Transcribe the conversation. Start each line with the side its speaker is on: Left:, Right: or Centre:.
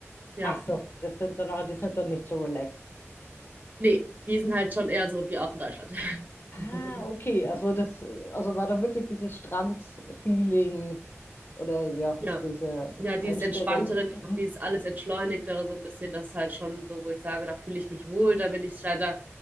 Right: ja.
Left: Ach so, das sind dann, auch- die sind dann nicht so relaxed.
Right: Nee, die sind halt schon eher so wie auch in Deutschland.
Left: Ah,
Right: <laughs>
Left: okay, also das, also war dann wirklich dieses Strandfeeling oder ja,
Right: Ja,
Left: diese
Right: ja, dieses
Left: Einstellung.
Right: entspanntere Leben,
Left: Mhm,
Right: dieses alles entschleunigtere so ein bisschen, das ist halt schon so, wo ich sage, da fühle ich mich wohl, da bin ich, da